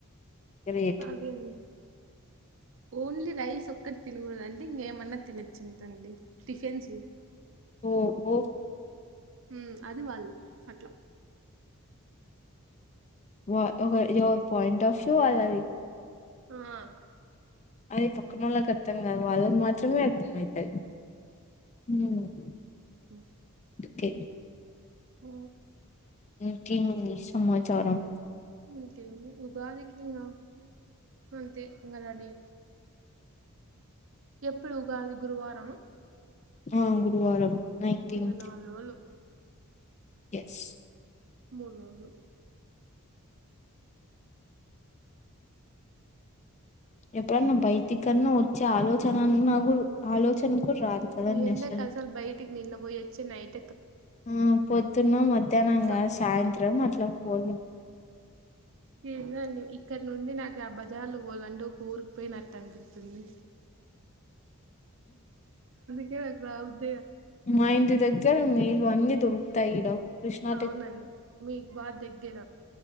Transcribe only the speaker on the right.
అదే అండి ఓన్లీ రైస్ ఒక్కటి తినకూడదండి ఇంకేమన్నా తినొచ్చంతండి టిఫిన్స్
ఉ అది వాల్దు అట్ల
ఆ
ఓ
హ
ఇకే ఉగాదికి ఇ అంతే అంగడి ఎప్పుడు ఉగాది గురువార
ఇ నాలుగు రోళు
మూడు రోజులు
ఎండ
కసలు బయటికి నిన్న పోయి వచ్చి నైట్
నీరసం
ఏందండి ఇక్కడ నుండి నాకు ఆ బజార్ లో పోాలండి ఒక ఊరు పోయినట్టు అనిపిత్తుంది కే నాకు రా
అవునండి మీకు బాగా దగ్గర